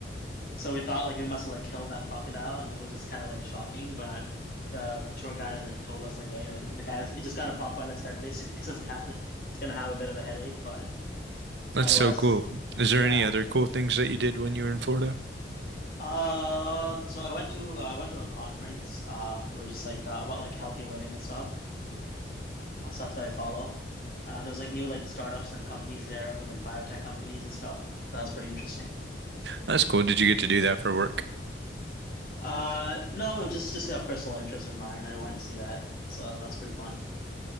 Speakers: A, on the left; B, on the right.
A: So we thought like we must have like killed that crocodile, and like it was just kind of like shocking. But the, the tour guide like told us like, hey, like the guy it just got a bump on its head basically, <laughs> so it's gonna have it's gonna have a bit of a headache, but
B: That's
A: otherwise
B: so cool.
A: it's.
B: Is
A: Yeah,
B: there any other cool things that you did when you were in Florida?
A: Uh, so I went to uh, I went to a conference. Uh, we were just like uh, about like healthy living and stuff, uh, stuff that I follow. Uh, there was like new like startups and companies there with like biotech companies and stuff. That was pretty interesting.
B: That's cool. Did you get to do that for work?
A: Uh, no, it was just just a personal interest of mine. I wanted to see that, so that's that's pretty fun.